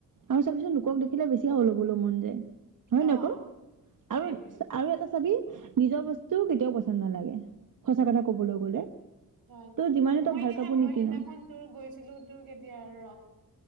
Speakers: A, on the right (about 60°); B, on the right (about 80°).
A: আৰু চাবিচুন পিছত লোকক দেখিলে বেছি হ'ল হ'বলৈ মন যায় হয়
B: অ
A: নকৌ
B: সেইটোৱে
A: আৰু আৰু এটা চাবি নিজৰ বস্তু কেতিয়াও পচন্দ নালাগে সঁচা কথা কবলৈ গ'লে
B: হয়
A: তই যিমানে তই
B: মই
A: ভাল
B: এতিয়া
A: কাপোৰ
B: হা মই
A: নিকিন
B: সিনাখন তোৰ গৈছিলো তোৰ কেতিয়া আৰু ৰ